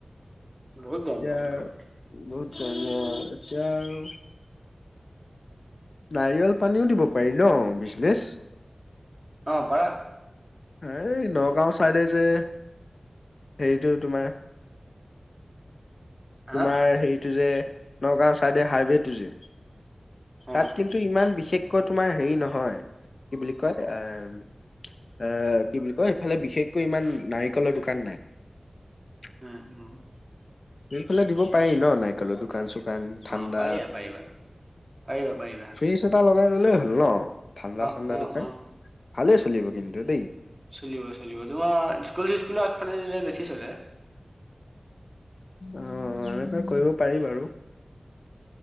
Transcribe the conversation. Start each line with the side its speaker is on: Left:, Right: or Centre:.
Right: বহুত গৰম
Left: এতিয়া
Right: বহুত গৰম
Left: বহুত ধুনীয়া এতিয়া আৰু নাৰিকল পানীও দিব পাৰি ন বিজনেছ
Right: অ পাৰা
Left: এই নগাঁও চাইডে যে সেইৰিটো তোমাৰ
Right: হা
Left: তোমাৰ হেৰিটো যে নগাঁও চাইডে হাইৱেটো যে
Right: অ
Left: তাত কিন্তু ইমান বিশেষকৈ তোমাৰ হেৰি নহয় কি বুলি কয় এ এ কি বুলি কয় এইফালে বিশেষকৈ ইমান নাৰিকলৰ দোকান নাই
Right: উম উম
Left: ফালে দিব পাৰি ন নাইকলৰ দোকান চোকান <unintelligible> ঠাণ্ডা
Right: অ পাৰিবা পাৰিবা পাৰিবা পাৰিবা
Left: ফ্ৰিজ এটা লগাই ললেই হ'ল ন ঠাণ্ডা
Right: অ
Left: ঠাণ্ডা
Right: অ
Left: দোকান
Right: অ
Left: ভালেই চলিব কিন্তু দেই।
Right: চলিব চলিব তোমাৰ স্কুল চিস্কুল আগফালে দিলে বেছি চলে।
Left: অ এনেকুৱা কৰিব পাৰি বাৰু।